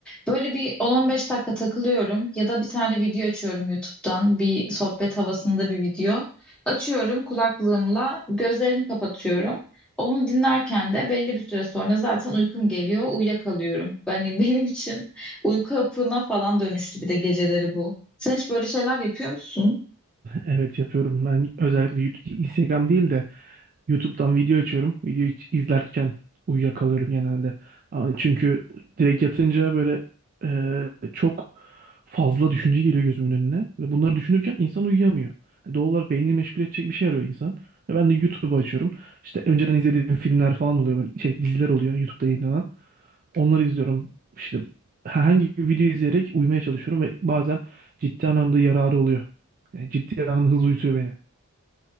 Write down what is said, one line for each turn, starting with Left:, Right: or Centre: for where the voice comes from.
Centre: Böyle bir 10-15 dakika takılıyorum ya da bir tane video açıyorum YouTube'dan. Bir sohbet havasında bir video. Açıyorum kulaklığımla, gözlerimi kapatıyorum. Onu dinlerken de belli bir süre sonra zaten uykum geliyor, uyuyakalıyorum. Yani <laughs> benim için Uyku hapına falan dönüştü bir de geceleri bu. Sen hiç böyle şeyler yapıyor musun?
Right: Evet yapıyorum. Ben özellikle YouTube- Instagram değil de YouTube'dan video açıyorum. Video iç- izlerken uyuyakalıyorum genelde. Aa, Çünkü direkt yatınca böyle e, çok fazla düşünce geliyor gözümün önüne. Ve bunları düşünürken insan uyuyamıyor. E, Doğal olarak beynini meşgul edecek bir şey arıyor insan. Ve ben de YouTube'u açıyorum. İşte önceden izlediğim filmler falan oluyor. Böyle şey diziler oluyor YouTube'da yayınlanan. Onları izliyorum. İşte herhangi bir video izleyerek uyumaya çalışıyorum ve bazen ciddi anlamda yararı oluyor. Yani ciddi anlamda hızlı uyutuyor beni.